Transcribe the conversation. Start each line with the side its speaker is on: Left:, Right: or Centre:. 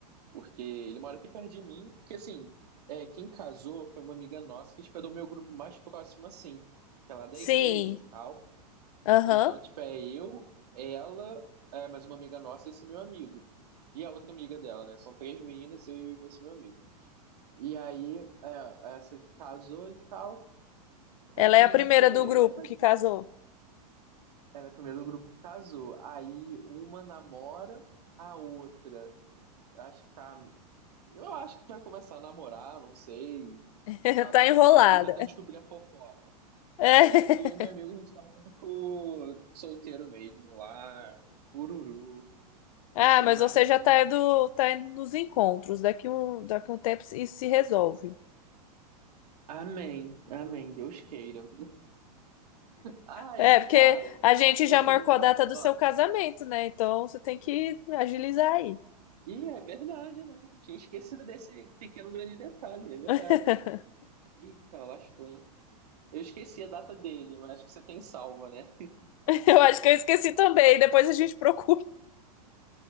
Right: porque ele mora aqui perto de mim. Porque assim, é, quem casou foi uma amiga nossa que, tipo, é do meu grupo mais próximo, assim, que é lá da
Left: sim,
Right: igreja e tal.
Left: aham.
Right: Então, tipo, é eu, ela, é, mais uma amiga nossa e esse meu amigo. E a outra amiga dela, né? São três meninas, eu e esse meu amigo. E aí, é, essa que casou e tal.
Left: Ela
Right: Aí eu fui
Left: é a
Right: junto
Left: primeira
Right: com ele.
Left: do grupo
Right: Aí foi,
Left: que
Right: tipo,
Left: casou.
Right: ela é a primeira do grupo que casou. Aí uma namora a outra. Eu acho que tá. Eu acho que vai começar a namorar, não sei.
Left: <laughs>
Right: Tá,
Left: Tá
Right: a
Left: enrolada.
Right: gente, tô tentando descobrir a fofoca.
Left: É.
Right: É, e eu e meu amigo, a gente é o único solteiro mesmo lá. Ururu.
Left: Ah,
Right: Música
Left: mas
Right: do Narutinho.
Left: você já tá indo, tá indo nos encontros. Daqui um, daqui um tempo isso se resolve.
Right: Amém, amém, Deus queira. Aí,
Left: É, porque
Right: cara,
Left: a gente
Right: mas
Left: já marcou
Right: foi muito
Left: a
Right: bacana.
Left: data do
Right: Ó,
Left: seu casamento, né? Então você tem que agilizar aí.
Right: e é verdade, né? Tinha esquecido desse pequeno grande detalhe, é verdade.
Left: <laughs>
Right: Eita, lascou, hein? Eu esqueci a data dele, mas acho que você tem salva, né?
Left: Eu acho que eu esqueci também. Depois a gente procura.